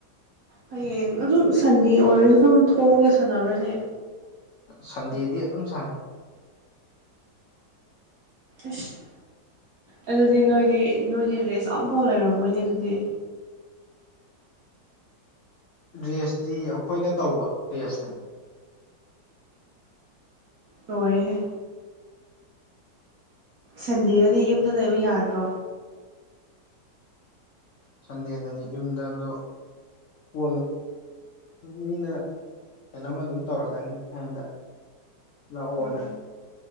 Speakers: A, on the right; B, on the left.
A: ꯍꯌꯦꯡ ꯑꯗꯨꯝ ꯁꯟꯗꯦ ꯑꯣꯏꯔꯁꯨ ꯑꯗꯨꯝ ꯊꯣꯛꯑꯒ ꯁꯥꯟꯅꯕꯅꯦ
B: ꯁꯟꯗꯦꯗꯤ ꯑꯗꯨꯝ ꯁꯥꯟꯅꯩ
A: ꯏꯁ ꯑꯗꯨꯗꯤ ꯅꯣꯏꯗꯤ ꯅꯣꯏꯗꯤ ꯔꯦꯁ ꯑꯝꯐꯥꯎ ꯂꯩꯔꯝꯃꯣꯏꯅꯦ ꯑꯗꯨꯗꯤ
B: ꯔ꯭ꯔꯦꯁꯇꯤ ꯑꯩꯈꯣꯏꯅ ꯇꯧꯕ ꯔꯦꯁꯇ
A: ꯇꯣꯏ ꯁꯟꯗꯦꯗꯗꯤ ꯌꯨꯝꯗ ꯂꯩꯕ ꯌꯥꯗ꯭ꯔꯣ
B: ꯁꯟꯗꯦꯗꯗꯤ ꯌꯨꯝꯗꯗꯣ ꯀꯣꯜ ꯃꯤꯅ ꯀꯩꯅꯣꯝꯃ ꯑꯗꯨꯝ ꯇꯧꯔꯛꯀꯅꯤ ꯑꯩꯉꯣꯟꯗ ꯂꯥꯛꯑꯣꯅ
A: ꯑꯣ